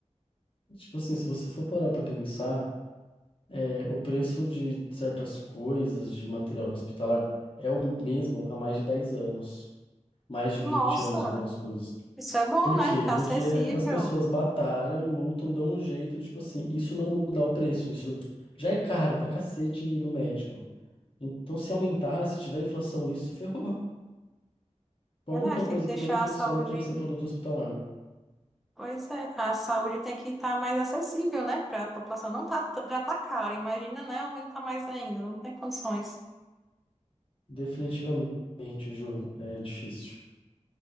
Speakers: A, on the left (about 45°); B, in the centre.
A: tipo assim, se você for parar pra pensar, É, o preço de certas coisas de material hospitalar é o mesmo há mais de 10 anos, mais de
B: Nossa,
A: 20 anos, algumas coisas.
B: isso é bom,
A: Por
B: né?
A: quê?
B: Ficar
A: Porque
B: acessível.
A: as pessoas batalham, lutam, dão um jeito, de, tipo assim, isso não mudar o preço, isso já é caro pra cacete ir no médico. Então, se aumentar, se tiver inflação nisso, ferrou. Então,
B: Verdade,
A: A única coisa
B: tem que deixar
A: que não inflaciona
B: a saúde
A: tem que ser produto hospitalar.
B: Pois é, a saúde tem que estar mais acessível, né? Para a população não tá, já tá cara, imagina, né? Aumentar mais ainda, não tem condições.
A: Definitivamente, Ju, é difícil.